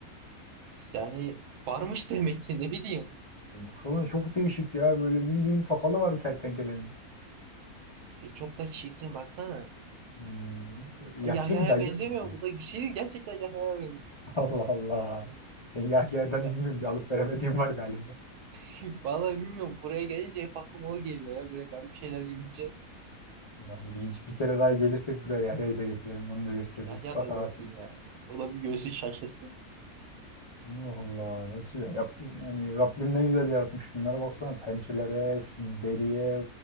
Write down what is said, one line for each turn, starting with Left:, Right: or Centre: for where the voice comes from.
Right: Yani varmış demek ki ne bileyim.
Left: Baksana çok değişik ya. Böyle bildiğin sakalı var kertenkelenin.
Right: E, Çok da çirkin baksana.
Left: Hmm, yaşlı
Right: E, Yahya'ya
Left: bir dayıya
Right: benzemiyor
Left: benziyor.
Right: mu? Bu da bir şey değil. Gerçekten Yahya'ya benziyor.
Left: <laughs> Allah Allah. Sen Yahya'dan
Right: Ya,
Left: bilmiyorum bir alıp veremediğim var galiba.
Right: <laughs> vallahi bilmiyorum. Buraya gelince hep aklıma o geliyor ya. Böyle garip şeyler görünce.
Left: Ya, ilginç. Bir kere daha gelirsek buraya Yahya'yı da getirelim. Onu da gösteririz.
Right: Yahya
Left: Bak
Right: da gelsin
Left: ha sen.
Right: ya. O da bir görsün şaşırsın.
Left: Allah Allah. Gerçekten yaptım. Yani Rabbim ne güzel yaratmış. Şunlara baksana. Pençelere, şu deriye,